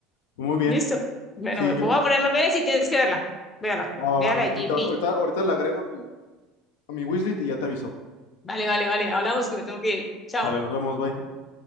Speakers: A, on the left; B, on the left.
A: muy bien,
B: ¿Listo? Bueno,
A: sí,
B: me
A: yo,
B: pongo a poner más bien si tienes que verla. Véala,
A: va, va,
B: véala
A: va,
B: de
A: ahorita,
B: Jim
A: ahorita,
B: B.
A: ahorita le agrego a mi, a mi wishlist y ya te aviso.
B: Vale, vale, vale. Hablamos que me tengo que ir. Chao.
A: Vale, nos vemos, bye.